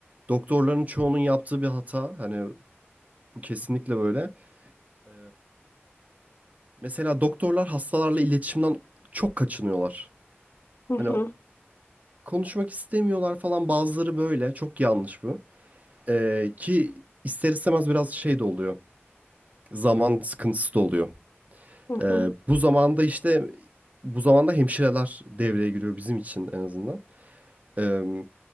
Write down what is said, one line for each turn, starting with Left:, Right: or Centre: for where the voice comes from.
Right: doktorların çoğunun yaptığı bir hata, hani bu kesinlikle böyle. E, mesela doktorlar hastalarla iletişimden çok kaçınıyorlar.
Left: Hı
Right: Hani
Left: hı.
Right: o- konuşmak istemiyorlar falan bazıları böyle, çok yanlış bu. E, ki ister istemez biraz şey de oluyor, zaman sıkıntısı da oluyor.
Left: Hı
Right: Ee,
Left: hı.
Right: bu zamanda işte bu zamanda hemşireler devreye giriyor bizim için en azından. Ee,